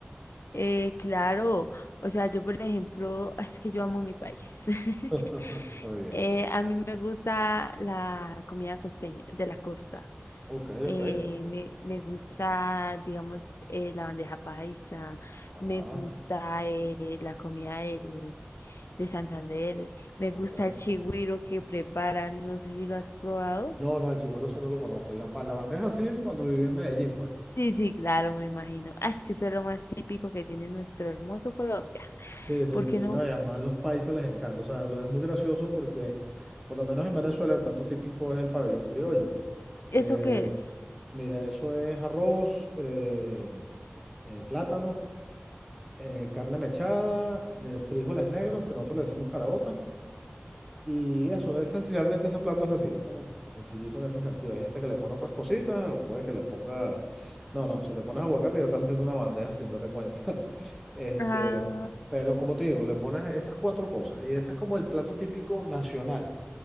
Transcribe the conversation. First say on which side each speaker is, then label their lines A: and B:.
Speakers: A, on the left; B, in the centre.
A: eh, claro, o sea, yo por ejemplo, es que yo amo mi país. <laughs>
B: <laughs> Está bien.
A: Eh, a mí me gusta la comida costeña, de la costa.
B: Ok,
A: Eh,
B: ok.
A: me, me gusta, digamos, eh, la bandeja paisa,
B: Ajá,
A: me gusta eh, la comida del, de Santander, me
B: ok.
A: gusta el chigüiro que preparan, no sé si lo has probado.
B: No, no, el seguro sí no lo conozco. La, pa- la banda es así cuando viví en Medellín, pues.
A: Sí, sí, claro, me imagino. Ah, es que eso es lo más típico que tiene nuestro hermoso Colombia.
B: Sí, sí,
A: ¿Por
B: sí,
A: qué
B: sí.
A: no?
B: No, y además los países les encanta. O sea, lo es muy gracioso porque, por lo menos en Venezuela, el plato típico es el pabellón criollo.
A: ¿Eso
B: Que,
A: qué es?
B: mira, eso es arroz, eh, eh, plátano, eh, carne mechada, eh, frijoles negros, que nosotros le decimos caraotas. Y eso, es, esencialmente ese plato es así. Es como sencillito en ese sentido. Hay gente que le pone otras cositas, puede que le ponga. No, no, si le pones aguacate ya estás haciendo una bandeja sin darte cuenta. Este,
A: Ah,
B: pero como te digo, le pones esas cuatro cosas y ese es como el plato típico nacional,